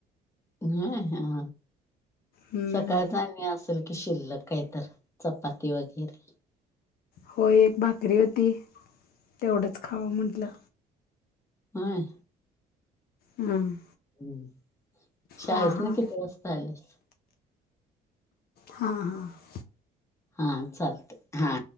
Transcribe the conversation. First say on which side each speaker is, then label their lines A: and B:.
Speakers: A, on the left; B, on the left.
A: नाही हा
B: हम्म.
A: सकाळच आणि असेल की शिल्लक काहीत चपाती वगैरे.
B: होय एक भाकरी होती तेवढंच खावं म्हंटलं.
A: आय.
B: हम्म.
A: हम्म शाळेस
B: हां हां
A: ना किती वाजता आलेस.
B: हा हा.
A: हा चालते हा.